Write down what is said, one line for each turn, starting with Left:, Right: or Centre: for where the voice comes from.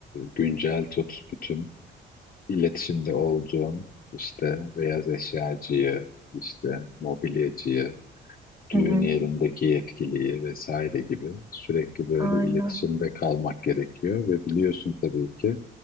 Left: güncel tut bütün iletişimde olduğun işte beyaz eşyacıyı, işte mobilyacıyı, düğün
Right: Hı hı.
Left: yerindeki yetkiliyi vesaire gibi sürekli böyle
Right: Aynen.
Left: iletişimde kalmak gerekiyor ve biliyorsun tabii ki